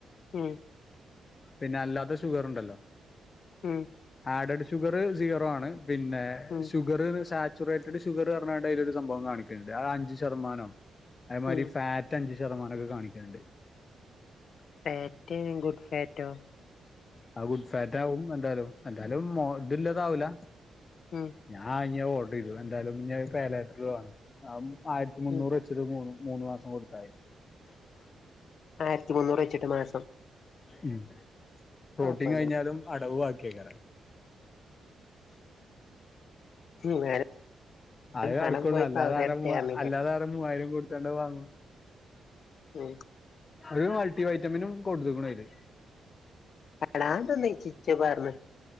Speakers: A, on the left (about 65°); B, on the left (about 45°).
A: മ്മ്
B: പിന്ന അല്ലാത്ത ഷുഗർ ഉണ്ടല്ലോ
A: മ്മ്
B: ആഡഡ് ഷുഗർ സീറോ ആണ് പിന്നെ
A: ഉം
B: ഷുഗറ് ശാ സുക്റേറ്റഡ് ഷുഗർ റഞാണ്ട് അയില് ഒരു സംഭവം കാണിക്ക് ൻണ്ട് ആഹ് അഞ്ച് ശതമാനോ അയ്മാരി
A: ഉം
B: ഫാറ്റ് അഞ്ചു ശതമാനൊക്കെ കാണിക്ണ് ണ്ട്
A: ഫാറ്റ് ഗുഡ് ഫാറ്റോ
B: ആ ഗുഡ് ഫാറ്റ് ആകും എന്തായാലും എന്തായാലും മോ ഇത് ല്ലതാവൂല
A: മ്മ്
B: ഞാൻ അയിഞ്ഞി ഓർഡർ ചെയ്തു എന്താലും പേലറ്റർ വേണം ആയിരത്തി മുന്നൂറ്
A: ഉം
B: വെ മൂന്ന് മാസം കൊടുത്തായി
A: ആയിരത്തി മുന്നൂറ് വച്ചിട്ട് മാസം
B: ഉം പ്രോട്ടീൻ
A: കൊഴപ്പൊന്നുല്ല
B: കഴിഞ്ഞാലും അടവ് വാക്കിയാക്കാരം
A: എന്നാലും
B: അത് നടക്കുള്ളൂ
A: പണം പോയി
B: അല്ലാതെ
A: പവറ്
B: ആരാ
A: വരട്ടെ പറഞ്ഞില്ലേ
B: അല്ലാതെ ആരാ മൂവായിരം കൊടുത്താണ്ട് അത് വാങ്ങുണു
A: <unintelligible>
B: ഒരു മൾട്ടി വൈറ്റമിനും കൊടുത്ത് ക്കുണയില്
A: അടാ തോന്ന് ഇച്ച് ഇച്ച് പറഞ്